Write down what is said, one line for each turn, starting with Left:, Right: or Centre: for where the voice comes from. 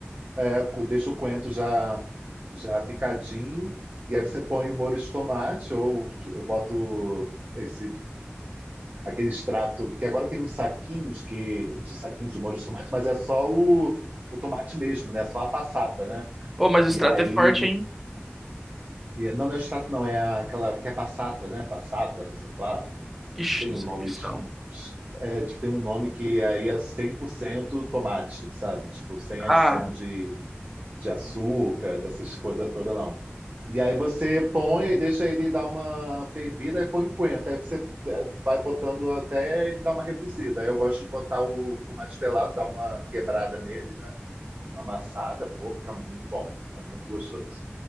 Right: é, co- deixa o coentro já, já picadinho, e aí você põe o molho de tomate, ou eu boto esse aquele extrato que agora tem uns saquinhos que de saquinhos de molho de tomate, mas é só o, o tomate mesmo, né? Só a passata, né?
Centre: Ô, mas o extrato
Right: E aí,
Centre: é forte, hein?
Right: e- não, não é o extrato, não, é a- aquela que é passata, né? Passata, não sei lá,
Centre: Ixi,
Right: não tem
Centre: não
Right: um
Centre: sei
Right: nome,
Centre: disso,
Right: es-
Centre: não.
Right: es- é, tipo, tem um nome que aí é 100% tomate, sabe? Tipo, sem
Centre: Ah,
Right: adição de de açúcar, dessas coisas todas, não. E aí você põe e deixa ele dar uma fervida e põe o coentro. Aí você eh, vai botando até ele dar uma reduzida. Aí eu gosto de botar o tomate pelado, dar uma quebrada nele, né? Uma amassada, pô, fica muito bom. Fica muito gostoso.